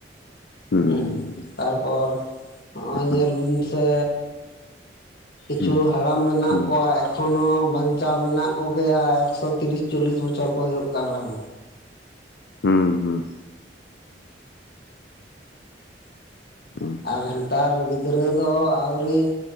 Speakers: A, on the left; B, on the left.
A: ᱦᱩᱸ
B: ᱦᱚᱸ ᱛᱟᱨᱯᱚᱨ ᱦᱚᱸᱜᱼᱚᱭ
A: ᱦᱩᱸ
B: ᱧᱮᱞ ᱵᱤᱱ ᱥᱮ ᱠᱤᱪᱷᱩ
A: ᱦᱩᱸ
B: ᱦᱟᱲᱟᱢ ᱢᱮᱱᱟᱜ
A: ᱦᱩᱸ
B: ᱠᱚᱣᱟ ᱮᱠᱷᱚᱱᱚ ᱵᱟᱧᱪᱟᱣ ᱢᱮᱱᱟᱜ ᱠᱚᱜᱮᱭᱟ ᱮᱠᱥᱚ ᱛᱤᱨᱤᱥ ᱪᱚᱞᱞᱤᱥ ᱵᱚᱪᱷᱚᱨ ᱠᱚ ᱦᱩᱭᱩᱜ ᱠᱟᱱ ᱨᱮᱦᱚᱸ᱾
A: ᱦᱩᱸ ᱦᱩᱸ
B: <inaudible>
A: ᱦᱩᱸ
B: ᱟᱨ ᱱᱮᱛᱟᱨ ᱜᱤᱫᱽᱨᱟᱹ ᱫᱚ ᱟᱹᱣᱨᱤ